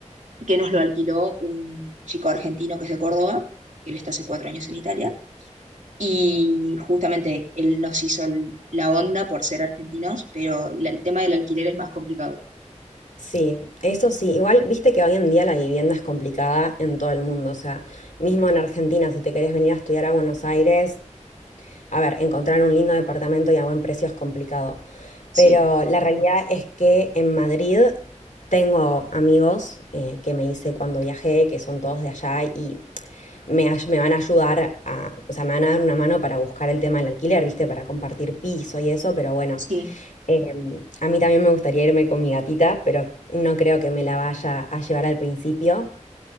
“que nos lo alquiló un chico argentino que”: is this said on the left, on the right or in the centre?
Right